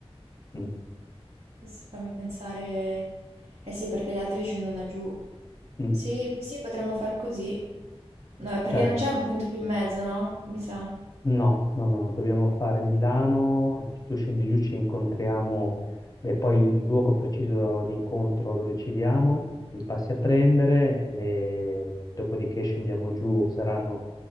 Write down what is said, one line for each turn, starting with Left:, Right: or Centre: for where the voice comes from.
Left: Mm,
Right: questo fammi pensare... Eh sì, perché gli altri scendono da giù.
Left: mm,
Right: Sì, sì, potremmo far così. No,
Left: ok.
Right: è perché non c'è un punto più in mezzo, no? Mi sa.
Left: No, no, no, no, dobbiamo fare Milano, eh, tu scendi giù, ci incontriamo e poi il luogo preciso di incontro lo decidiamo, mi passi a prendere e dopodiché scendiamo giù, saranno